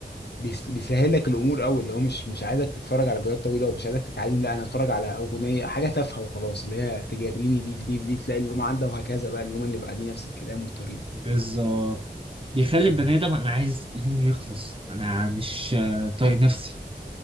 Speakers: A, on the left (about 70°); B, on the right (about 30°).
A: بيس- بيسهل لك الامور قوي اللي هو مش مش عايزك تتفرج على فيديوهات طويلة ومش عايزك تتعلم لا انا اتفرج على اغنية حاجة تافهة وخلاص اللي هي تجريني دي في دي في دي تلاقي اليوم عدى وهكذا بقى اليوم اللي بعديه نفس الكلام والطريقة
B: بالظبط بيخلي
A: مم.
B: البني ادم انا عايز يومي يخلص انا مش آه، طايق نفسي